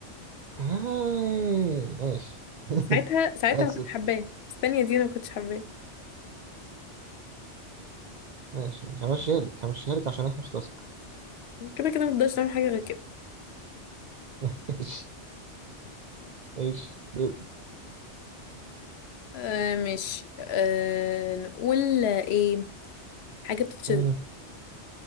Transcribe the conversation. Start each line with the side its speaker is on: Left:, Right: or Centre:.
Right: آه. ماشي
Left: ساعتها ساعتها
Right: آسف
Left: ما كنتش حباه الثانية دي أنا ما كنتش حباه
Right: ماشي ماشي همشيها لك همشيها لك عشان إحنا في تاسك
Left: كده كده مقدرش نعمل حاجة غير كده
Right: <laughs> ماشي ماشي دول
Left: آه ماشي آه نقول ايه حاجة بتتشرب
Right: مم.